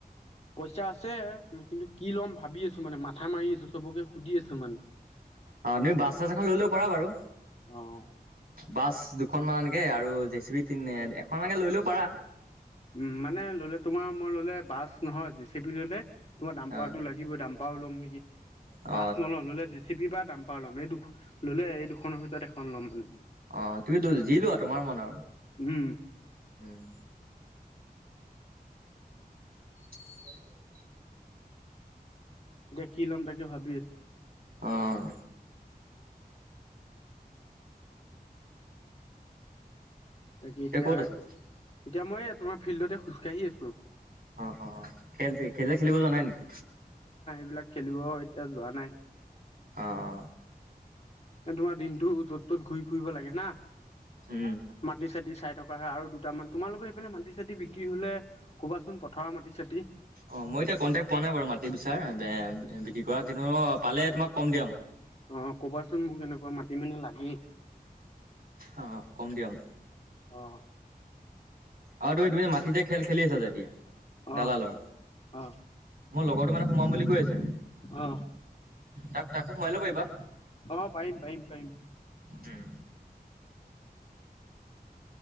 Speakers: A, on the left; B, on the right.
A: পইচা আছে, কিন্তু কি ল'ম ভাবি আছো। মানে মাথা মাৰি আছো চবকে সুধি আছো মানে।
B: অ' তুমি বাছ চাছ এখন লৈ লব পাৰা বাৰু
A: উম
B: বাছ দুখন মান এনেকে আৰু আৰু জে চি বি তিনে এখন এনে লৈ লোৱা ও পাৰা।
A: উ মানে ললে তোমাৰ মই ললে বাছ নহয় জে চে পি ললে তোমাৰ দাম পাৰতটো
B: অ
A: লাগিবই দাম্পাৰো ল'ম নেকি
B: অ
A: পাছ নল'ম ল'লে জেচিপি বা দাম্পাৰ ল'ম ম এই দুখন ল'লে এই দুখনৰ ভিতৰত এখন ল'ম মানে
B: অ' তুমি যি লোৱা তোমাৰ মন আৰু
A: উম
B: উম <inaudible>
A: এতিয়া কি লম তাকে ভাবি আছো
B: অহ
A: বাকী এতিয়া
B: ক'ত আছা
A: এতিয়া মই তোমাৰ ফিল্ডতে খোজকাাঢ়ি আছো
B: অ অ অ খেল খেলে খেলিব জ নাই নেকি
A: বিলাক খেলিব এতিয়া যোৱা নাই
B: অ অ
A: তোমাৰ দিনটো য'ত ত'ত ঘূৰি ফুৰিব লাগে না
B: উম
A: মাটি চাটি চাই থকা ে আৰু দুটা মান তোমালোকৰ সেইফালে মাটি চাতি বিক্ৰী হলে ক'বাচোন পথাৰৰ মাটি চাতিি
B: অ মই এতিয়া কণ্টেক্ট পোৱা নাই বাৰু মাটি বিচাৰ বিক্ৰী কৰা কিন্তু পালে তোমাক কম দিয়া মই
A: অ কবাচোন মোক এনেকুৱা মাটি মানে লাগেই
B: অ অ কম দিয়া মো
A: অ
B: অ তুমি তুমি মাটি যে খেল খেলি আছা যে এতিয়া
A: অ
B: দালালৰ
A: অ
B: মই লগৰটো মানে সোমাম বুলি কৈ আছে
A: অ
B: তাক তাকো সোমাই লব পাৰিবা
A: অ পাৰিম পাৰিম পাৰিম
B: উম